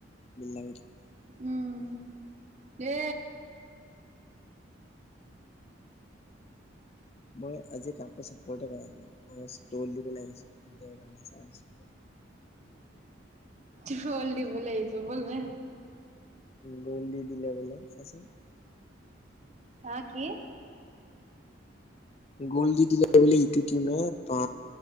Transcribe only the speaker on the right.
উম দে
তল দিবলে আহিছে বোলে।
অহ কি।